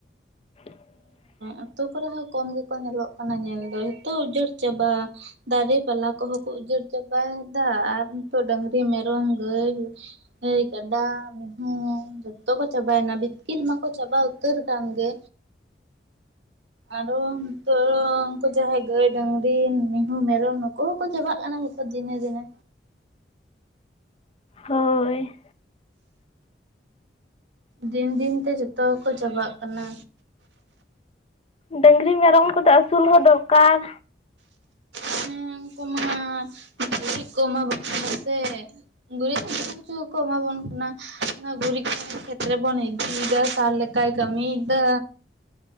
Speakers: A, on the left; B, on the right.
A: <inaudible>
B: ᱟᱸᱛᱳ ᱠᱚᱨᱮ ᱦᱚᱸ ᱠᱚᱢ ᱜᱮᱠᱚ ᱧᱮᱞᱚᱜ ᱠᱟᱱᱟ ᱧᱮᱞ ᱫᱚ ᱡᱚᱛᱚ ᱩᱡᱟᱹᱲ ᱪᱟᱵᱟ, ᱫᱟᱨᱮ ᱯᱟᱞᱟ ᱠᱚᱦᱚᱸ ᱠᱚ ᱩᱡᱟᱹᱲ ᱪᱟᱵᱟᱭᱮᱫᱟ ᱟᱨ ᱱᱤᱛᱚᱜ ᱰᱟᱝᱨᱤ ᱢᱮᱨᱚᱢ ᱜᱟᱹᱭ, ᱜᱟᱹᱭ ᱠᱟᱰᱟ ᱢᱤᱦᱩᱸ, ᱡᱚᱛᱚ ᱠᱚ ᱪᱟᱵᱟᱭᱮᱱᱟ ᱵᱤᱛᱠᱤᱞ ᱢᱟᱠᱚ ᱪᱟᱵᱟ ᱩᱛᱟᱹᱨ ᱟᱠᱟᱱ ᱜᱮ, ᱟᱨᱚ ᱱᱤᱛᱚᱜ ᱦᱚᱸ ᱩᱱᱠᱩ ᱡᱟᱦᱟᱸᱭ ᱜᱟᱹᱭ ᱰᱟᱹᱝᱨᱤ ᱢᱤᱦᱩ ᱢᱮᱨᱚᱢ ᱱᱩᱠᱩ ᱦᱚᱸᱠᱚ ᱪᱟᱵᱟᱜ ᱠᱟᱱᱟ, ᱛᱚ ᱫᱤᱱᱮ ᱫᱤᱱᱮ,
A: ᱦᱳᱭ,
B: ᱫᱤᱱ ᱫᱤᱱ ᱛᱮ ᱡᱷᱚᱛᱚ ᱜᱮᱠᱚ ᱪᱟᱵᱟᱜ ᱠᱟᱱᱟ᱾
A: ᱰᱟᱹᱝᱨᱤ ᱢᱮᱨᱚᱢ ᱠᱚᱫᱚ ᱟᱹᱥᱩᱞ ᱦᱚᱸ ᱫᱚᱨᱠᱟᱨ,
B: ᱦᱮᱸ ᱩᱱᱠᱩ ᱢᱟ ᱜᱩᱨᱤᱜ ᱠᱚᱢᱟ ᱵᱟᱝ ᱟᱥᱮ ᱜᱩᱨᱤᱜ ᱦᱚ ᱩᱱᱠᱩ ᱠᱤᱪᱷᱩ ᱠᱚ ᱮᱢᱟ ᱵᱚᱱ ᱠᱟᱱᱟ᱾ ᱚᱱᱟ ᱜᱩᱨᱤᱜ ᱠᱚᱦᱚᱸ ᱠᱷᱮᱛᱨᱮ ᱵᱚᱱ ᱤᱫᱤᱭᱮᱫᱟ ᱥᱟᱨ ᱞᱮᱠᱟᱭ ᱠᱟᱹᱢᱤᱭᱮᱫᱟ᱾